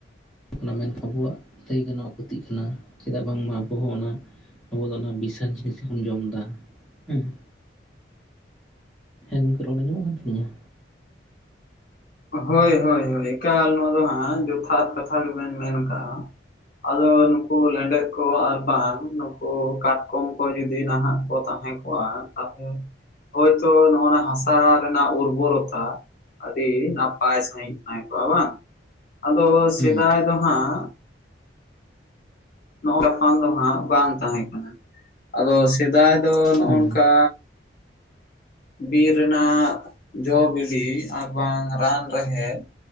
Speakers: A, in the centre; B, on the left.
A: ᱚᱱᱟ ᱢᱮᱱ ᱟᱵᱚᱣᱟᱜ ᱞᱟᱹᱭ ᱜᱟᱱᱚᱜᱼᱟ ᱠᱷᱚᱛᱤᱜ ᱠᱟᱱᱟ ᱪᱮᱫᱟᱜ ᱵᱟᱝᱢᱟ ᱟᱵᱚ ᱦᱚᱸ ᱚᱱᱟ ᱟᱵᱚ ᱫᱚ ᱚᱱᱟ ᱵᱤᱥᱟᱧ ᱡᱤᱱᱤᱥ ᱜᱮᱵᱚᱱ ᱡᱚᱢ ᱫᱟ ᱦᱩᱸ ᱾ ᱜᱚᱝᱠᱮ ᱨᱚᱲ ᱟᱸᱡᱚᱢᱜ ᱠᱟᱱ ᱛᱟᱹᱞᱤᱧᱟ?
B: ᱦᱳᱭ ᱦᱳᱭ ᱦᱳᱭ ᱮᱠᱟᱞ ᱱᱚᱣᱟ ᱫᱚ ᱦᱟᱸᱜ ᱡᱚᱛᱷᱟᱛ ᱠᱟᱛᱷᱟ ᱜᱮᱵᱮᱱ ᱢᱮᱱ ᱠᱟᱜᱼᱟ ᱾ ᱟᱫᱚ ᱱᱩᱠᱩ ᱞᱮᱸᱰᱮᱫ ᱠᱚ ᱟᱨ ᱵᱟᱝ ᱱᱩᱠᱩ ᱠᱟᱴᱠᱚᱢ ᱠᱚ ᱡᱩᱫᱤ ᱱᱟᱦᱟᱜ ᱠᱚ ᱛᱟᱦᱮᱸ ᱠᱚᱜᱟ ᱛᱟᱦᱮ ᱦᱳᱭᱛᱚ ᱱᱚᱜᱼᱱᱟ ᱦᱟᱥᱟ ᱨᱮᱱᱟᱜ ᱩᱨᱵᱚᱨᱚᱛᱟ ᱟᱹᱰᱤ ᱱᱟᱯᱟᱭ ᱥᱟᱺᱦᱤᱡ ᱛᱟᱦᱮᱸ ᱠᱚᱜᱼᱟ ᱵᱟᱝ ᱟᱫᱚ ᱥᱮᱫᱟᱭ
A: ᱦᱮᱸ
B: ᱫᱚ ᱦᱟᱸᱜ ᱱᱚᱜ ᱧᱟᱯᱟᱱ ᱫᱚ ᱦᱟᱸᱜ ᱵᱟᱝ ᱛᱟᱦᱮᱸ ᱠᱟᱱᱟ᱾ ᱟᱫᱚ ᱥᱮᱫᱟᱭ ᱫᱚ ᱱᱚᱜ
A: ᱦᱮᱸ
B: ᱱᱚᱝᱠᱟ ᱵᱤᱨ ᱨᱮᱱᱟᱜ ᱡᱚ-ᱵᱤᱞᱤ ᱟᱨ ᱵᱟᱝ ᱨᱟᱱ ᱨᱮᱦᱮᱜ